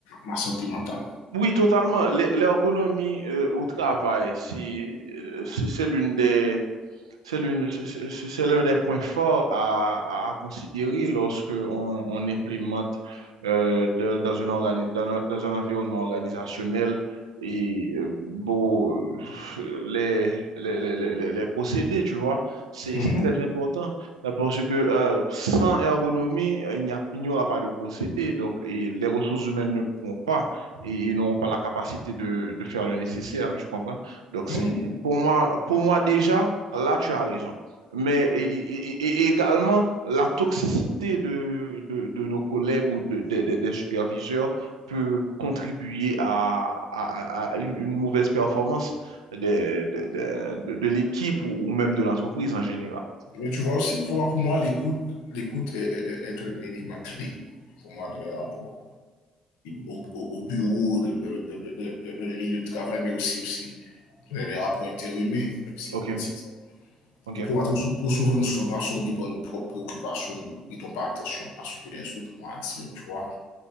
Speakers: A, on the left; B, on the right.
A: ma- santé mentale.
B: Oui, totalement. L'e- L'ergonomie euh, au travail, si, euh, si c'est l'une des, C'est l'une, c'est c'est- c'est l'un des points forts à, à considérer lorsque on, on implémente euh, de- dans une organi- dans, un dans un environnement organisationnel et euh, bon, euh, les, les, les, les, les- les procédés, tu vois, c'est
A: Mhm,
B: c'est très important euh, parce que euh, sans ergonomie, euh, il n'y a, il n'y aura pas de procédé. Donc, et les ressources humaines ne pourront pas et, et n'auront pas la capacité de, de faire le nécessaire, tu comprends? Donc, c'est
A: mhm.
B: pour moi, pour moi déjà. Là, tu as raison. Mais et- et- et- et également, la toxicité de, de, de nos collègues ou de, de- de- des superviseurs peut contribuer à, à- à une une mauvaise performance des- des- des- de, de l'équipe ou, ou même de l'entreprise en général.
A: Mais tu vois aussi, pour, pour moi, l'écoute, l'écoute est, est- est- est un élément clé pour moi de les rapports. au, au bureau, de, de, de, de, de de lieu de travail, mais aussi, aussi les rapports interhumains, même si
B: OK,
A: vous continuez.
B: OK.
A: Et pour
B: <laughs>
A: trop, trop souvent, nous sommes absorbés par nos propres préoccupations et nous ne prêtons pas attention à ce que les autres vont dire, tu vois.